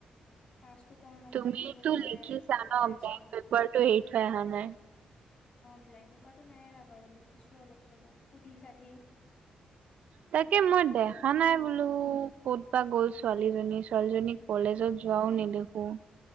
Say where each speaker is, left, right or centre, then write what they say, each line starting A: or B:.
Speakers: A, on the left; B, on the right.
A: পাছটো কৰো নকৰো
B: তুমিতো
A: সেইটোও মানে
B: লিখিছা
A: ডাউট
B: ন
A: হৈ আছে।
B: বেক
A: অ,
B: পেপাৰটো এৰি থৈ অহা নাই।
A: ব্লেংক পেপাৰটো নাই এৰা বাৰু লিখিছো অলপ চলপ। সুধি সাধি
B: তাকে মই দেখা নাই বোলো। কো ক'ত বা গ'ল ছোৱালীজনী-ছোৱালীজনী কলেজত যোৱাও নেদেখো।